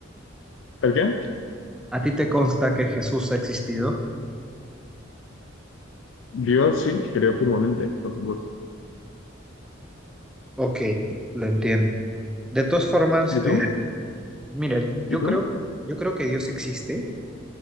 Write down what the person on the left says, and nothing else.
¿El qué?
Yo sí, creo firmemente, por supuesto.
¿Y tú?
¿Y tú?